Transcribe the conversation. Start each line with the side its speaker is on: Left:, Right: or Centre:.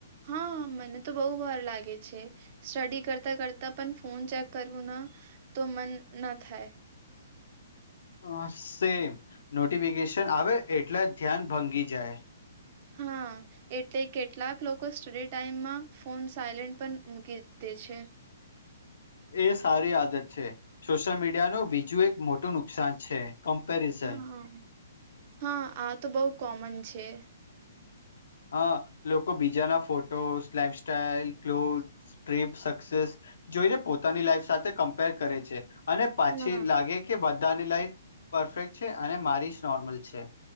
Right: હા મને તો બહુ વાર લાગે છે સ્ટડી કરતા કરતા પણ ફોન ચેક કરવું ના તો મન ના થાય
Left: હ સેમ નોટિફિકેશન આવે એટલે ધ્યાન ભંગી જાય
Right: હા એટલે કેટલાક લોકો સ્ટડી ટાઈમમાં ફોન સાયલેન્ટ પણ મૂકી દે છે
Left: એ સારી આદત છે સોશિયલ મીડિયા ન બીજું એક મોટું નુકસાન છે કમપેરિઝન
Right: હા હા આ તો બહુ કોમન છે
Left: હા લોકો બીજાના photo life સાઈલ cloth trip success જોઈને પોતાની લાઈફ સાથે કમ્પેર કરે છે અને પાછી
Right: હા
Left: લાગે કે બધાની લાઈફ પરફેક્ટ છે અને મારી જ નોર્મલ છે